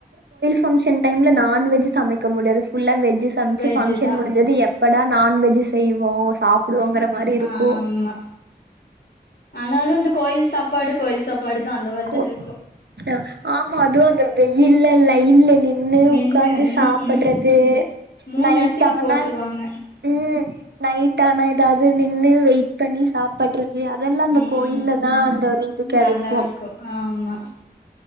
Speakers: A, on the right (about 85°); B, on the left (about 65°).
A: பங்கஷன் டைம்ல நான்வெஜ் சமைக்க சமக்க முடியாது புல்லா வெஜ்ஜு சமைச்சு
B: வெஜ்ஜுதா
A: பப்ஷன் முடிஞ்சது படா நான்வெஜ் செய்வோ சாப்டுவோங்கற மாரி இருக்கு
B: ஆமா ஆனாலும் இந்த கோயில் சாப்பாடு கோயில் சாப்பாடுதா அந்த மாரிதா
A: கோஹ
B: இருக்கு
A: ஆமா அதுவும் அந்த வெய இல்ல இல்ல இல் நின்று
B: நின்னு
A: உட்கார்ந்து சாப்படுறது
B: ம் மூணு
A: நைட்
B: நேரத்துக்கு
A: ஆனா
B: போட்ருவாங்க
A: உ நைட் கானா ஏதாவது நின்னு வெய பண்ணி சாப்படுறது அதெல்லாம் அந்த
B: ம்
A: கோயில்ல தான் அந்த ஒரு இது கிடைக்கும்
B: நல்லா இருக்கு ஆமா